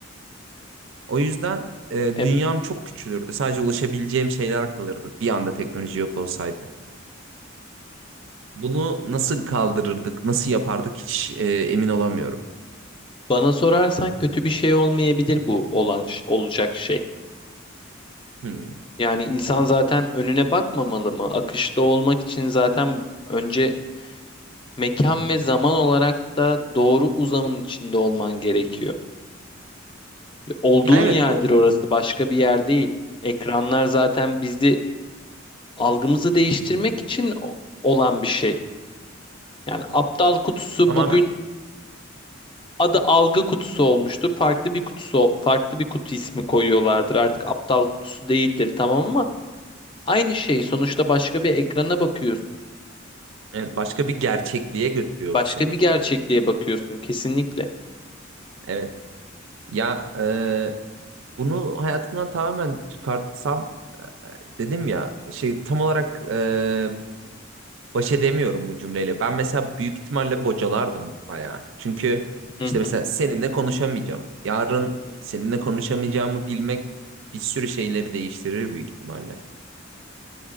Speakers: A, on the right; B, on the left.
A: O yüzden e,
B: Evet.
A: dünyam çok küçülürdü. Sadece ulaşabileceğim şeyler kalırdı bir anda teknoloji yok olsaydı. Bunu nasıl kaldırırdık, nasıl yapardık hiç e, emin olamıyorum.
B: Bana sorarsan kötü bir şey olmayabilir bu olan ş- olacak şey.
A: Hmm.
B: Yani insan zaten önüne bakmamalı mı? Akışta olmak için zaten bu- önce mekan ve zaman olarak da doğru uzamın içinde olman gerekiyor. Olduğun
A: Ya evet
B: yerdir
A: doğru.
B: orası, başka bir yer değil. Ekranlar zaten bizi algımızı değiştirmek için o- olan bir şey. Yani aptal kutusu
A: Tamamen.
B: bugün adı algı kutusu olmuştur. Farklı bir kutusu, farklı bir kutu ismi koyuyorlardır. Artık aptal kutusu değildir tamam ama aynı şey. Sonuçta başka bir ekrana bakıyorsun.
A: Evet, başka bir gerçekliğe götürüyor
B: Başka
A: bu seni.
B: bir gerçekliğe bakıyorsun kesinlikle.
A: Evet. Ya e, bunu hayatımdan tamamen çıkartsam e, e, dedim ya şey tam olarak e, baş edemiyorum bu cümleyle. Ben mesela büyük ihtimalle bocalardım bayağı. Çünkü
B: Hı
A: işte mesela seninle konuşamayacağım. Yarın
B: hı.
A: seninle konuşamayacağımı bilmek bir sürü şeyleri değiştirir büyük ihtimalle.